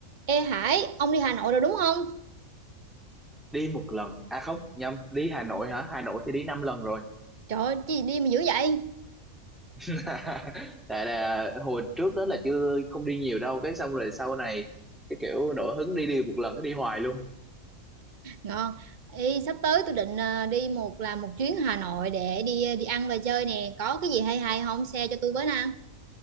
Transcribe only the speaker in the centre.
đi một lần à không nhầm đi Hà Nội hả Hà Nội thì đi năm lần rồi
<laughs> tại là hồi trước đó là chưa không đi nhiều đâu cái xong rồi sau này cái kiểu nổi hứng đi đi một lần cứ đi hoài luôn